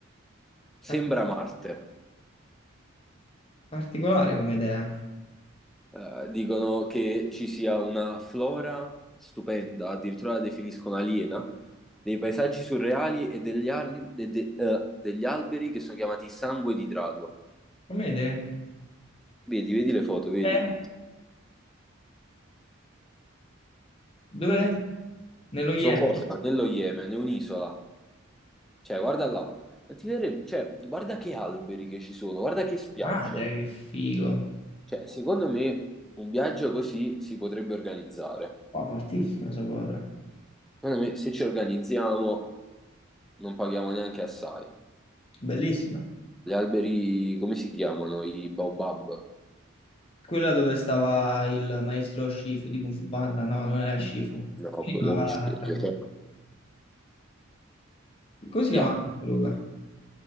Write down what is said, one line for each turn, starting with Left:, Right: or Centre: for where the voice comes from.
Centre: sembra
Left: particolare,
Centre: Marte.
Left: particolare come idea.
Centre: eh, dicono che ci sia una flora stupenda, addirittura la definiscono aliena, dei paesaggi surreali e degli, ar- de- de- eh, degli alberi che sono chiamati sangue di drago.
Left: Come idea?
Centre: Vedi, vedi le foto, vedi.
Left: Dov'è? Dov'è? Nello Yemen.
Centre: So cosa, nello Yemen, è un'isola. Cioè, guarda là. Ma ti verre- cioè, guarda che alberi che ci sono, guarda che spiagge.
Left: Madre, che figo.
Centre: Cioè, secondo me un viaggio così si potrebbe organizzare.
Left: Qua fortissima sta cosa.
Centre: Secondo me, se ci organizziamo, non paghiamo neanche assai.
Left: Bellissima.
Centre: Gli alberi, come si chiamano? I baobab?
Left: Quella dove stava il maestro Shifu di Kung Fu Panda. No, non era Shifu. Come
Centre: No,
Left: si
Centre: quello
Left: chiamava
Centre: era un ciliegio.
Left: la tartaruga?
Centre: però-
Left: Come si chiamava
Centre: Ya.
Left: la tartaruga?